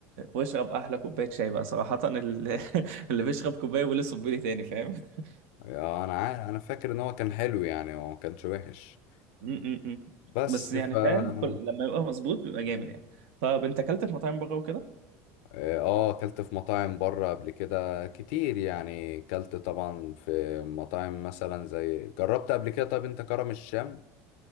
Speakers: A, on the right (about 85°); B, on the left (about 65°).
A: واشرب احلى كوبايه شاي بقى صراحه ال- <laughs> اللي بيشرب كوبايه ولا صبيلي تاني فاهم <laughs>
B: آه، انا عارف انا فاكر ان هو كان حلو يعني هو ما كانش وحش
A: م- م- م.
B: بس
A: بس يعني
B: ف اه
A: فاهم كل... لما يبقى مظبوط بيبقى جامد يعني طب انت اكلت في مطاعم بره وكده
B: آه، اكلت في مطاعم بره قبل كده كتير يعني اكلت طبعا في مطاعم مثلا زي جربت قبل كده طب انت كرم الشام